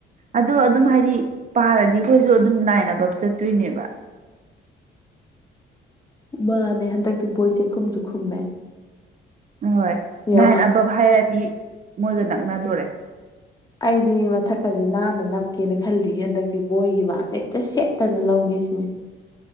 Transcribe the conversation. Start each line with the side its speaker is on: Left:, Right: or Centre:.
Right: ꯑꯗꯣ ꯑꯗꯨꯝ ꯍꯥꯏꯗꯤ ꯄꯥꯔꯗꯤ ꯑꯩꯈꯣꯏꯁꯨ ꯑꯗꯨꯝ ꯅꯥꯏꯅꯕ ꯆꯠꯇꯣꯏꯅꯦꯕ
Left: ꯃꯥꯅꯦ ꯍꯟꯗꯛꯇꯤ ꯕꯣꯏ ꯆꯦꯈꯨꯝꯁꯨ ꯈꯨꯝꯃꯦ
Right: ꯑꯍꯣꯏ
Left: ꯌꯦꯡꯉꯣ
Right: ꯅꯥꯏꯟ ꯑꯕꯞ ꯍꯥꯏꯔꯗꯤ ꯃꯣꯏꯒ ꯅꯛꯅꯗꯣꯔꯦ
Left: ꯑꯩꯗꯤ ꯃꯊꯛꯀꯖꯦ ꯅꯥꯟꯅ ꯅꯞꯀꯦꯅ ꯈꯜꯂꯤꯌꯦ ꯍꯟꯗꯛꯇꯤ ꯕꯣꯏꯒꯤ ꯃꯥꯔꯛꯁꯦ ꯍꯦꯛꯇ ꯁꯦꯠꯇꯅ ꯂꯧꯒꯦ ꯁꯤꯅꯤ